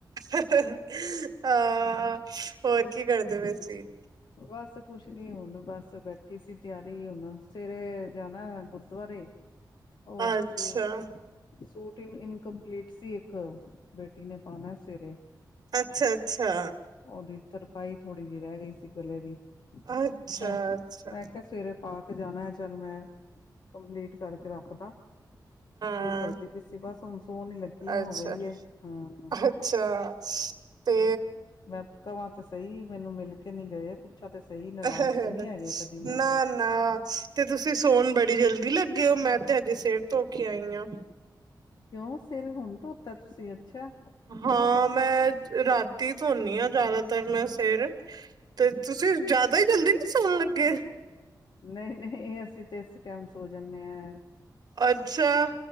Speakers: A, on the right; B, on the left.
A: ਅਹ ਹਾਂ, ਹਾਂ! ਹੋਰ ਕੀ ਕਰਦੇ ਪਏ ਸੀ?
B: ਬਸ ਕੁਛ ਨੀ ਹੁਣ ਬਸ ਬੈਠੀ ਸੀ ਤੇਆਰੀ ਹੁਣ ਸਵੇਰੇ ਜਾਣੈ ਗੁਰਦੁਆਰੇ ਓ
A: ਅੱਛਾ
B: ਸੂਟ ਸੂਟ ਇਨ ਇਨਕੰਪਲੀਟ ਸੀ ਇੱਕ, ਬੇਟੀ ਨੇ ਪਾਣੈ ਸਵੇਰੇ
A: ਅੱਛਾ-ਅੱਛਾ।
B: ਓਦੀ ਤਰਪਾਈ ਥੋੜੀ ਜੀ ਰੈ ਗਈ ਸੀ ਗਲੇ ਦੀ
A: ਅੱਛਾ
B: ਮੈਂ,
A: ਅੱਛਾ
B: ਮੈਂ ਕੇਆ ਸਵੇਰੇ ਪਾ ਜਾਣੈ ਚੱਲ ਮੈਂ, ਕੰਪਲੀਟ ਕਰਕੇ ਰੱਖ ਦਾਂ। ਓਹੀ
A: ਹਾਂ
B: ਕਰਦੀ ਪੀਸੀ ਬਸ ਹੁਣ ਸੋਣ ਈ ਲੱਗੀਆਂ ਹੋ
A: ਅੱਛਾ
B: ਗਈ ਏ ਹੂਂ।
A: ਅੱਛਾ, ਤੇ
B: ਮੈਂ ਕਵਾਂ ਤੇ ਸਈ ਮੈਨੂੰ ਮਿਲ ਕੇ ਨੀ ਗਏ, ਪੁੱਛਾਂ ਤੇ ਸਈ ਨਰਾਜ਼
A: ਨਾ
B: ਤੇ ਨੀ ਹੈਗੇ ਕਦੀ ਮੇਰੇ ਤੋਂ
A: ਨਾ ਤੇ ਤੁਸੀਂ ਸੋਣ ਬੜੀ ਜਲਦੀ ਲੱਗੇ ਓ, ਮੈਂ ਤੇ ਹਜੇ ਸਿਰ ਧੋ ਕੇ ਆਈ ਆਂ।
B: ਕਿਉਂ ਸਿਰ ਹੁਣ ਧੋਤੈ ਤੁਸੀਂ? ਅੱਛਾ ਕਿਉਂ
A: ਹਾਂ
B: ਕਿ
A: ਮੈਂ ਰਾਤੀ ਧੋਣੀ ਆਂ ਜ਼ਿਆਦਾਤਰ ਮੈਂ ਸੇਰ ਤੇ ਤੁਸੀਂ ਜਆਦਾ ਈ ਜਲਦੀ ਨੀ ਸੌਣ ਲੱਗੇ।
B: ਨਈ-ਨਈ ਅਸੀਂ ਤੇ ਇਸ ਟੈਮ ਸੋ ਜਾਂਣੇ ਆਂ।
A: ਅੱਛਾ